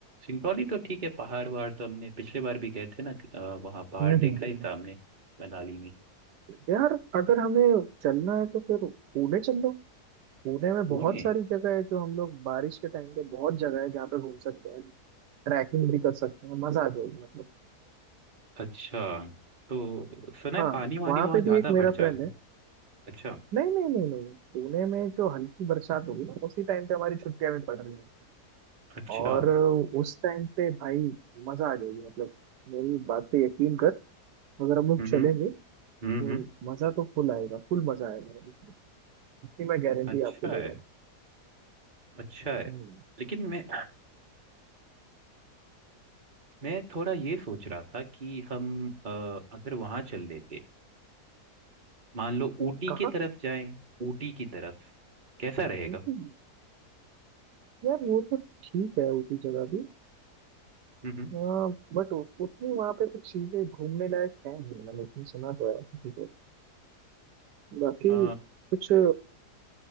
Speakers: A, on the right (about 30°); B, on the right (about 85°).
A: सिंगरौली तो ठीक है पहाड़ वहाड़ तो हमने पिछले बार भी गए थे ना अ, वहाँ पहाड़
B: हम्म
A: देखा
B: हम्म, हम्म।
A: ही था हमने मनाली में
B: यार अगर हमें चलना है तो फिर पुणे चल लो पुणे में
A: पुणे
B: बहुत सारी जगह है जो हम लोग बारिश के टाइम पे बहुत जगह है जहाँ पे घूम सकते हैं ट्रैकिंग भी कर सकते हैं मजा आ जाएगी मतलब
A: अच्छा तो सुना है
B: हाँ
A: पानी वानी
B: वहाँ
A: वहाँ
B: पे
A: ज्यादा
B: भी एक मेरा
A: बढ़ जाता
B: फ्रेंड है
A: है अच्छा
B: नहीं नहीं नहीं नहीं नहीं, पुणे में जो हल्की बरसात होगी ना उसी टाइम पे हमारी छुट्टियां भी पड़ रही हैं
A: अच्छा
B: और उस टाइम पे भाई मजा आ जाएगी मतलब मेरी बात पे यकीन कर अगर हम लोग
A: हम्म
B: चलेंगे
A: हम्म
B: तो
A: हम्म,
B: मजा तो फुल आएगा फुल मजा आएगा इतनी मैं गारंटी
A: अच्छा
B: आपको
A: है
B: दे रहा हूँ
A: अच्छा है
B: हम्म,
A: लेकिन मैं मैं थोड़ा ये सोच रहा था कि हम अ, अगर वहां चल लेते मान लो ऊटी
B: कहाँ
A: की तरफ जाएं ऊटी की तरफ कैसा रहेगा
B: ऊटी? यार वो तो ठीक है उसी जगह भी
A: हम्म हम्म।
B: हाँ बट उतनी वहां पे कुछ चीजें घूमने लायक है नहीं मैंने उतनी सुना तो है किसी को। बाकी
A: अ,
B: कुछ